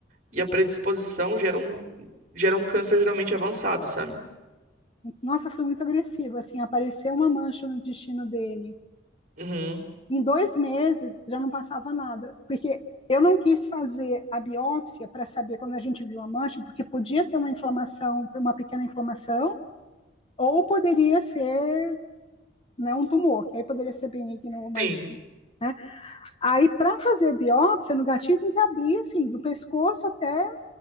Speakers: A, on the right (about 40°); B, on the left (about 30°).
A: e a predisposição gera um, gera um câncer geralmente avançado, sabe?
B: Nossa, foi muito agressivo. Assim, apareceu uma mancha no intestino dele
A: uhum.
B: Em dois meses já não passava nada, porque eu não quis fazer a biópsia para saber quando a gente viu a mancha, porque podia ser uma inflamação, uma pequena inflamação, ou poderia ser né, um tumor, que aí poderia ser benigno ou maligno.
A: Sim.
B: Né? Aí, para fazer biópsia no gatinho, tem que abrir assim, do pescoço até